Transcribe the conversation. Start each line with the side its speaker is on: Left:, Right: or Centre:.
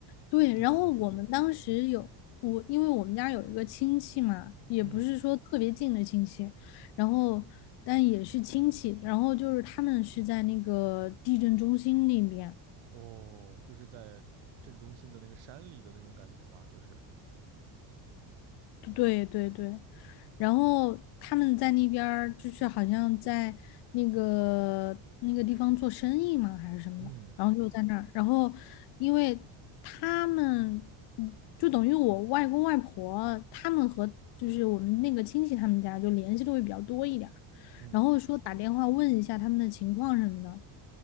Left: 对，
Right: 地震的时候，
Left: 然后我们当时有我，因为我们家有一个亲戚嘛，也不是说特别近的亲戚，
Right: 嗯，
Left: 然后但也是亲戚，然后就是他们是在那个地震中心那边，
Right: 哦，就是在镇中心的那个山里的那种感觉嘛，就是，
Left: 对对对，然后他们在那边儿就是好像在那个那个地方做生意嘛，还是什么的，
Right: 嗯
Left: 然后就在那儿，然后因为他们嗯就等于我外公外婆他们和就是我们那个亲戚他们家就联系的会比较多一点儿
Right: 嗯
Left: 然后说打电话问一下他们的情况什么的，